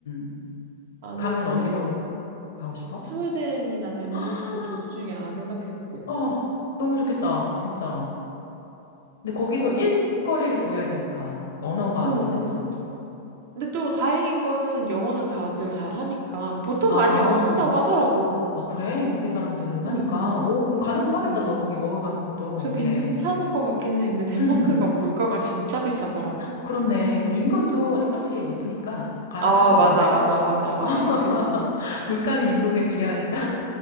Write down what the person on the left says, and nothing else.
음.
가면
어디로 가고 싶어?
<gasps>
어, 너무 좋겠다, 진짜. 근데 거기서
일거리를
구해야 되니까 언어가
문제잖아
또.
아,
아 그래? 거기 사람들은 하니까
오 그럼 가능하겠다
너 거기 워홀 가는 것도
미래.
음
그렇네. 근데 인건도 똑같이 높으니까 가능할
것 같은데?
<laughs>
물가는 임금에 비례하니까.